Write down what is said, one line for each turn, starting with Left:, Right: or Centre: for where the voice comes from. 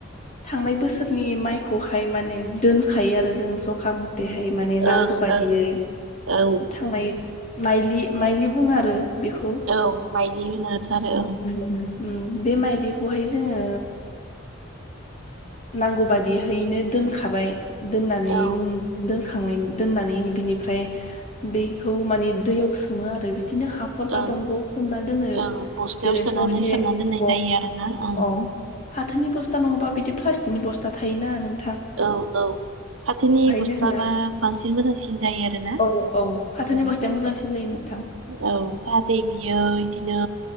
Left: थांनाय बोसोरनि माइखौहाय माने दोनखायो आरो जों जखा मु बेैहाय माने नांगौ
Right: ओं
Left: बादियै
Right: ओं औ
Left: थांनाय माइलि माइलि बुङो आरो बिखौ
Right: औ माइलि होनोथ' आरो ओं
Left: <inaudible> उम बे माइदिखौहाय जोङो नांगौ बादिहैनो दोनखाबाय दोननानै
Right: औ
Left: उन दो खांनाय दोन्नानै बिनिफ्राय बेखौ माने दैयाव सोमो आरो बि- बिदिनो हाखरबा
Right: ओं
Left: दंगयाव सोमना दोनो
Right: ओं बस्थायाव
Left: जेरै
Right: सोनानै
Left: हरसे
Right: सोमना
Left: अ
Right: दोननाय जायो आरोना ओं
Left: अ फाथोनि बस्था नङाबा बिदि प्लासटिक नि बस्था थायोना नों
Right: औ औ फाथोनि बस्था
Left: जोङो
Right: बा बांसिन मोजांसिन जायो आरो ना
Left: औ औ फाथोनि
Right: औ
Left: बस्थाया मोजांसिन जायो नोंथां।
Right: औ जाहाथे बियो बि बिदिनो